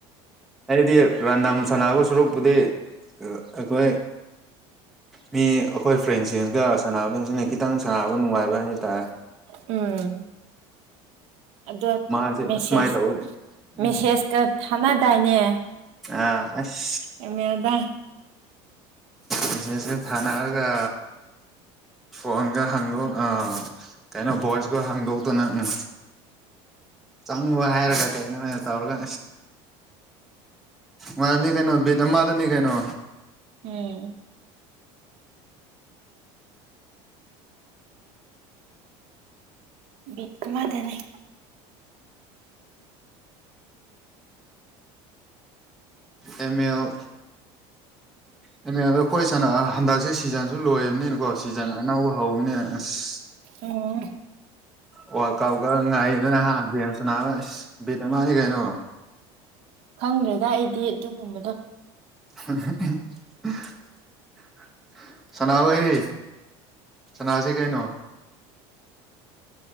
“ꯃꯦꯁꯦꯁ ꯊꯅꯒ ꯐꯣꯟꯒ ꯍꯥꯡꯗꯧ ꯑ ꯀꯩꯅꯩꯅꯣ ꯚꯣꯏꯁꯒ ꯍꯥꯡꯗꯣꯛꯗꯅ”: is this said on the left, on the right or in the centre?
Centre